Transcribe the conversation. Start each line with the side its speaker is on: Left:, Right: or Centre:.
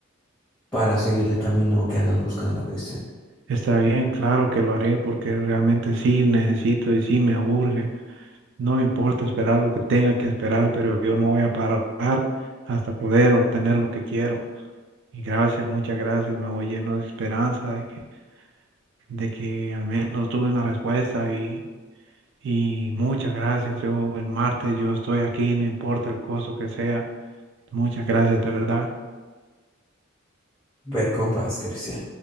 Centre: para seguir el camino que andas buscando, Cristian.
Right: Está bien, claro que lo haré porque realmente sí necesito y sí me urge. No me importa esperar lo que tenga que esperar, pero yo no voy a parar hasta poder obtener lo que quiero. Y gracias, muchas gracias. Me voy lleno de esperanza de que, de que al menos tuve una respuesta y, y muchas gracias. Yo el martes yo estoy aquí, no importa el costo que sea. Muchas gracias, de verdad.
Centre: Ve con paz, Cristian.